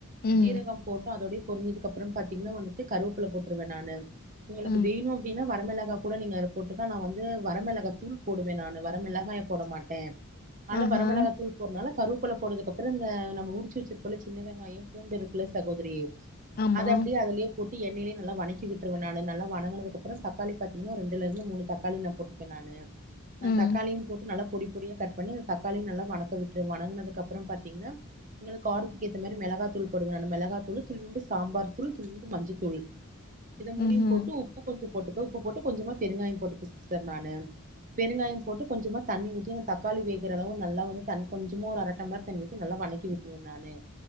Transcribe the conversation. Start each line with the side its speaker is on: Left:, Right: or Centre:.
Left: ம்
Right: ஜீரகோ போட்டு அதோடையே பொரிஞ்சதுக்கப்றோ பாத்தீங்னா வந்துட்டு கருவேப்புல போட்ருவே நானு உங்குளுக்கு
Left: ம்
Right: வேணூ அப்டினா வர மெளக் கா கூட நீங்க போட்டுக்லா நா வந்து வர மெளகா தூள் போடுவே நானு வர மெளகாய போட மாட்டே ஆனா
Left: ஆஹா
Right: வரமிளகா தூள் போறனால கருவேப்பில போட்டதுக்கப்றோ இந்த நம்ம உறிச்சு வச்சிருக்கோல சின்ன வெங்காயோ பூண்டு இருக்குல சகோதரி
Left: ஆமா
Right: அது அப்டியே அதுலயே போட்டு எண்ணெய்லே நல்லா வணக்கி விட்ருவே நானு நல்லா வணங்குனதுக்கப்றோ தக்காளி பாத்தீங்னா ரெண்டுலருந்து மூணு தக்காளி நா போட்டுப்பே நானு அ
Left: ம்
Right: தக்காளியு போட்டு நல்லா பொடி பொடியா கட் பண்ணி அந்த தக்காளியு நல்லா வணக்க விட்ருவே வணங்குனதுக்கப்புறோ பாத்தீங்னா உங்குளுக் காரத்துக்கேத்த மாரி மிளகாத் தூள் போடுவே ந மெளகா தூள் துளியுண்டு சாம்பார் தூள் துளியுண்டு மஞ்சத் தூள் இத மூணியு
Left: ம்ஹும்
Right: போட்டு உப்பு கொஞ்சோ போட்டுப்பு உப்பு போட்டு கொஞ்சமா பெருங்காய்ம் போட்டுப்பே சிஸ்டர் நானு பெருங்காயம் போட்டு கொஞ்சமா தண்ணி ஊத்தி அந்த தக்காளி வேகுற அளவு நல்லா வந்து தண்ணி கொஞ்சமா ஒரு அர டம்ளர் தண்ணி ஊத்தி நல்லா வணக்கி விட்ருவே நானு